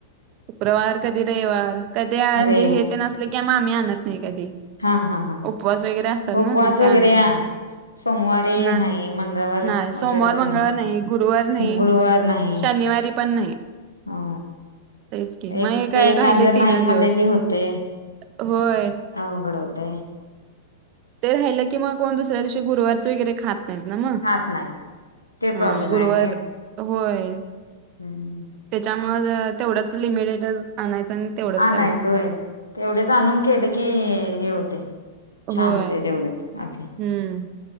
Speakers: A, on the right; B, on the left.
A: शुक्रवार कधी रविवार कधी आळ
B: अरे
A: म जे हे ते असलय कि आम्ही आणत नाही कधी.
B: हा हा हा
A: उपवास वगैरे असतात
B: उपवास
A: ना मग
B: वगैरे
A: ते आणत
B: हा.
A: ना
B: सोमवारी
A: ना
B: नाही मंगळवार आमच्याकडे
A: नाय सोमवार
B: पण
A: मंगळवार नाही गुरुवार नाही
B: गुरुवार नाही.
A: शनिवार तरी पण नाही
B: हो
A: तेच की मग
B: एक
A: हे काय
B: एक
A: राहिले
B: जर
A: तीनच
B: नाही खाले
A: दिवस
B: की होतय.
A: होय
B: अवघड होतय.
A: ते राहिलं की मग कोण दुसऱ्या दिवशी गुरुवारच वगैरे खात- नाही ना मग
B: खात नाही ते
A: ह
B: प्रॉब्लेम
A: गुरुवार
B: आहे आणि
A: होय.
B: हम्म
A: त्याच्यामुळे तेवढच लिमिटेड आणायचं? तेवढंच
B: हा आणायच
A: करायचं.
B: होय ते एवढे आणून केले की हे होते.
A: होय
B: छान होतय तेवढंच आपल
A: हम्म